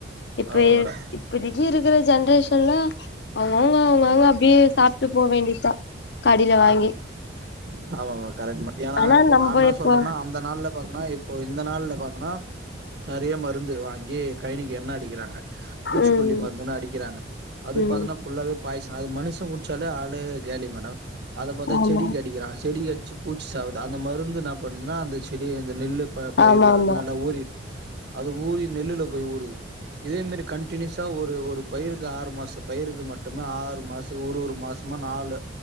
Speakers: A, on the left; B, on the right.
A: இப்போ
B: ஆமா
A: ஏ
B: மேடம்
A: இப்டி இருக்ற ஜென்ரேஷன்ல அவங்கவுங்க அவங்கவுங்க அப்டியே சாப்ட்டு போ வேண்டியதா கடைல வாங்கி
B: ஆமாமா ஆமாமா கரெக்ட் ஏன்னா
A: ஆனா
B: இப்ப
A: நம்ப
B: நானா
A: இப்போ
B: சொல்றனா அந்த நாள்ல பாத்தன்னா இப் ப்போ இந்த நாள்ல பாத்தனா நெறையயா மருந்து வாங்கி கைனிக்கு எண்ண அடிக்றாங்க பூச்சிக்கொல்லி
A: ம்
B: மருந்துன்னு அடிக்றாங்க அது
A: ம்
B: பாத்தன்னா புல்லாவே பாய்ஸ் அது மனுஷ குச்சாலே ஆளே காலி மேடம் அத பாத்தா
A: ஆமா
B: செடிக்கு அடிக்றாங்க செடிக்கடுச்சு பூச் சாவுது அந்த மருந்து நா பண்ணுதுனா அந்த செடி அந்த நெல்லு ப பயிரல
A: ஆமா ஆமா
B: வந்து நல்லா ஊறிடுத் து அது ஊறி நெல்லுல போய் ஊறுது இதே மேரி கண்டுனியூஸா ஒரு ஒரு பயிருக்கு ஆறு மாச பயிருக்கு மட்டுமே ஆறு மாச ஒரு ஒரு மாசமா நாலு